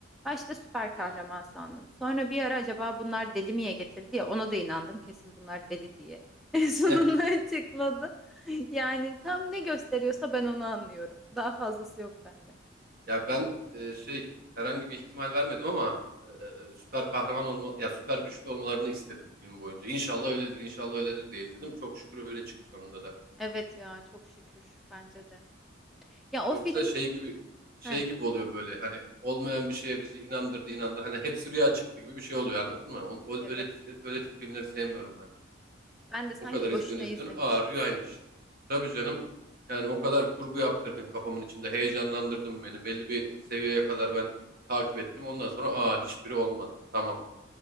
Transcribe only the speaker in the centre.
Başta süper kahraman
sandım. Sonra bir ara acaba bunlar deli miye getirdi ya ona da inandım kesin bunlar deli diye. <laughs> En sonunda
açıkladı. Yani tam ne gösteriyorsa ben onu anlıyorum. Daha fazlası yok bende.
Evet ya çok şükür bence de. Ya o
film
Heh,
evet
ya.
Ben de sanki
boşuna izlemişiz.
<laughs>